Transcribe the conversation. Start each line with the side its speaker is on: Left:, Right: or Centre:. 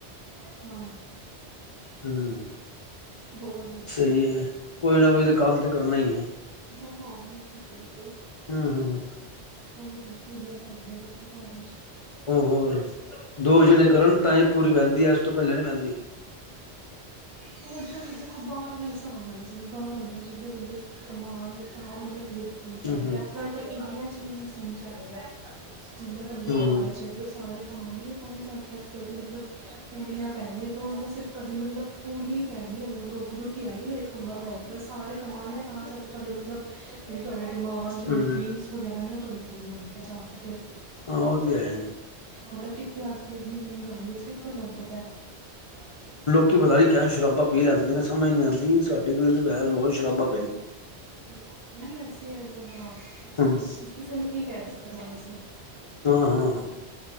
Right: ਹਾਂ।
Left: ਹਮ
Right: ਹੋਰ ਦੱਸੋ
Left: ਸਹੀ ਹੈ ਕੋਈ ਨਾ ਕੋਈ ਤਾਂ ਕੰਮ ਤੇ ਕਰਨਾ ਹੀ ਹੈ।
Right: ਹਾਂ -ਹਾਂ, ਬਿਲਕੁਲ - ਬਿਲਕੁਲ।
Left: ਹਮ ਹਮ।
Right: ਐਵੇਂ ਥੋੜੀ ਪੂਰੀਆਂ ਪੈਂਦੀਆਂ ਦੇ। <unintelligible> <unintelligible>
Left: ਹੋ ਹੋਰ। ਦੋ ਜਣੇ ਕਰਨ ਤਾਂ ਹੀ ਪੂਰੀ ਪਹਿੰਦੀ ਹੈ ਇਸ ਤੋਂ ਪਹਿਲੇ ਨੀ ਪਹਿੰਦੀ।
Right: ਕਲਜੁਗ ਐ ਬਾਹਰਾਂ ਦਾ ਹਿਸਾਬ ਹੈ ਜਿਵੇਂ ਬਾਹਰ ਆਉਂਦਾ ਜਿੰਨੇ ਬੰਦੇ ਕਮਾਉਣਗੇ ਤਾਂ ਉਨੇ ਬੰਦੇ।
Left: ਹਮ ਹਮ
Right: ਇੰਡੀਆ ਚ ਵੀ ਸੀਨ ਚੱਲ ਰਿਹਾ। ਜੀਨੇ ਬੰਦੇ
Left: ਹਮ
Right: ਘਰ‌ ਚ ਉਹ ਸਾਰੇ ਕਮਾਉਣਗੇ ਤਾਂ ਜਾ ਕੇ ਅੱਜਕੱਲ੍ਹ ਦੀ ਮਤਲਬ ਪੂਰੀਆਂ ਪੈਣੀਆਂ ਵੀ ਤਾਂ ਤਾਂ ਸਿਰਫ ਤੁਹਾਡੀ ਮਤਲਬ ਪੂਰੀਆਂ ਹੀ ਪੈਣਗੀਆਂ ਮਤਲਬ ਰੋਟੀ ਰੋਟੀ ਆਏਗੀ ਅਗਰ ਇੱਕ ਬੰਦਾ ਬਣਾਏਗਾ ਅਗਰ ਸਾਰੇ ਕਮਾਉਣਗੇ ਤਾਂ ਕਰਕੇ ਤੁਹਾਡੇ ਮਤਲਬ ਜਿਹੜੇ ਤੁਹਾਡੇ ਡਿਮਾਂਡ ਤੁਹਾਡੇ
Left: ਹਮ
Right: ਡਰੀਮ ਵਗੈਰਾ ਨੇ ਉਹ ਤੁਹਾਡੇ ਪੂਰੇ ਹੋਂਗੇ ਜਾ ਫਿਰ
Left: ਓਹ ਤੇ ਹੈ।
Right: ਆ ਤਾਂ ਕਿੱਥੇ ਅੱਜਕਲ ਇੰਨੀ ਮਹਿੰਗਾਈ ਹੈ ਕਿੱਥੇ ਤੁਹਾਡਾ ਪੈ ਹੈ।
Left: ਕਿ ਪਤਾ ਨਹੀਂ ਕਹਿ ਸ਼ਰਾਬਾਂ ਪੀ ਲੈਂਦੀਆਂ ਨੇ ਸਮਝ ਨਹੀਂ ਆਉਂਦੀ ਸਾਡੇ ਕੋਲ ਵੈਸੇ ਰੋਜ਼ ਸ਼ਰਾਬਾ
Right: ਨਹੀਂ ਵੈਸੇ ਹੈਗਾ ਹਾਂ ਤੁਸੀਂ
Left: ਹਮ
Right: ਕਿਸੇ ਨੂੰ ਕੀ ਕਹਿ ਸਕਦੇ। ਫਿਰ ਅਸੀ <unintelligible>
Left: ਹਾਂ ਹਾਂ